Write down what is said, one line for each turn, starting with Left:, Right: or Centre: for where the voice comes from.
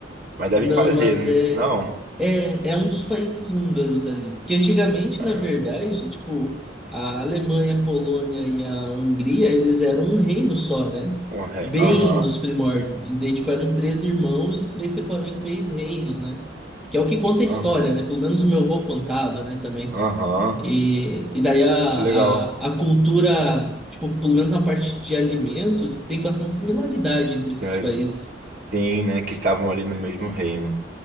Right: mas devem
Centre: Não,
Right: fazer,
Centre: mas
Right: n-
Centre: é,
Right: não?
Centre: é, é um dos países húngaros ali. Porque antigamente,
Right: Ah,
Centre: na verdade, tipo, a Alemanha, a Polônia e a Hungria, eles eram um reino só, né?
Right: um ré.
Centre: Bem
Right: Aham.
Centre: nos primórdios. E daí, tipo, eram três irmãos e os três separou em três reinos, né? Que é o que conta a
Right: Aham.
Centre: história, né? Pelo menos o meu avô contava, né, também.
Right: Aham.
Centre: E, e daí a,
Right: Muito legal.
Centre: a, a cultura, tipo, pelo menos na parte de alimento, tem bastante similaridade entre esses
Right: né?
Centre: países.
Right: Sim, né? Que estavam ali no mesmo reino.